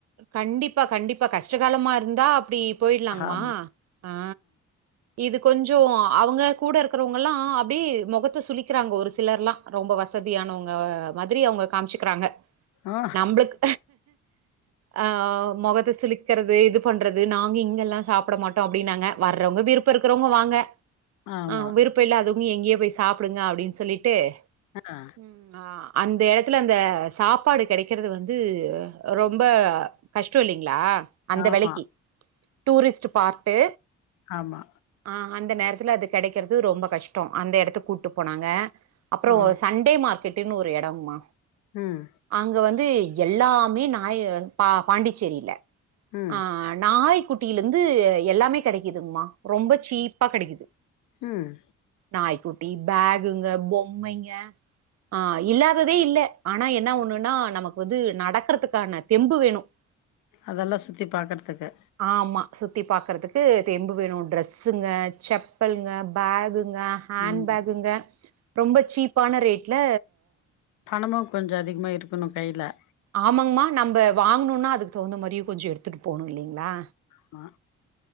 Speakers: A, on the right (about 55°); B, on the left (about 85°).
A: கண்டிப்பா கண்டிப்பா கஷ்டகாலமா இருந்தா அப்டி போயிட்லாங்க்மா
B: ஆமா
A: அ இது கொஞ்சோ அவங்க கூட இருக்குறவங்கல்லா அப்டே மொகத்த சுலிக்கிறாங்க ஒரு சிலர் லாம் ரொம்ப வசதியானவங்க மாதிரி அவங்க காமிச்சுகறாங்க
B: ஆமா
A: நம்பளுக் ஆ மொகத்திஸ் சுழிக்றது இது பண்றது நாங்க இங்கெல்லா சாப்ட மாட்டோ அப்டின்னாங்க வரவங்க விருப்போ இருக்குறவங்க வாங்க
B: ஆமா
A: ஆ விருப்ப இல்லாதுக் நீ எங்யோ போய் சாப்டுங்க அப்டின் சொல்லிட்டு
B: ஆ
A: ம் ஆ அந்த எடத்துல அந்த சாப்பாடு கெடைக்கறது வந்து ரொம்ப கஷ்டோ இல்லிங்ளா அந்த
B: ஆமா
A: வெலைக்கி டூரிஸ்ட்டு பார்ட்டு
B: ஆமா
A: ஆ அந்த நேரத் துல அது கெடைக்கறது ரொம்ப கஷ்டொ அந்த எடத்து கூட்டு போனாங்க அப்றோ
B: ஆ
A: சண்டே மார்க்கெட் அப்டின் ஒரு எடொம்மா
B: ம்
A: அங்க வந்து எல்லாமே நாய பா பாண்டிச்சேரில
B: ம்
A: ஆ நாய் குட்டிலெந்து எல்லாமே கெடைக்குதுங்மா ரொம்ப சீப்பா கெடைக்குது
B: ம்
A: நாய்குட்டி பேகுங்க பொம்மைங்க <inaudible> ஆ இல்லாதது தே இல்ல ஆனா என்னா ஒன்னுனா நமக்கு வந்து நடக்றத்துக்கான தெம்பு வேணு <inaudible>
B: அதெல்லா சுத்தி பாக்கர்துக்கு
A: ஆமா சுத்தி பாக்கர்த்துக்கு தெம்பு வேணு ட்ரெஸ்ஸுங்க செப் பல்குங்க பேகு ங்க ஹேண்ட்
B: ம்
A: பேங்குங்க ரொம்ப சீப்பான ரேட் ட் ல
B: பணமா கொஞ்சோ அதிகமாக இருக்கணு கைல
A: ஆமாங்மா நம்ம வாங்ணுனா அதுக்கு தகுந்த மாரியு கொஞ்சோ எடுத்துட் போணு இல்லைங்ளா
B: ஆமா